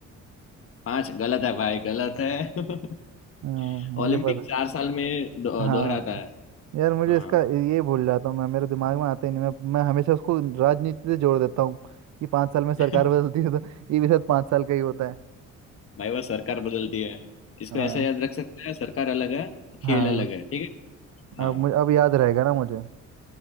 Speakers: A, on the left (about 50°); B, on the right (about 65°).
A: पाँच गलत है भाई गलत है <laughs>
B: हाँ, मुझे
A: ओलंपिक
B: पता
A: चार साल में दो-
B: हाँ
A: दोहराता है
B: यार मुझे
A: हाँ
B: इसका ये भूल जाता हूँ मैं मेरे दिमाग में आता ही नहीं मैं मैं हमेशा उसको राजनीति से जोड़ देता हूँ कि पाँच साल में सरकार
A: <laughs>
B: बदलती है तो ये भी शायद पाँच साल का ही होता है
A: भाई वो सरकार बदलती है इसको
B: हाँ
A: ऐसा याद रख सकते हैं सरकार अलग है खेल
B: हाँ
A: अलग है ठीक है हाँ
B: अब मुझे अब याद रहेगा ना मुझे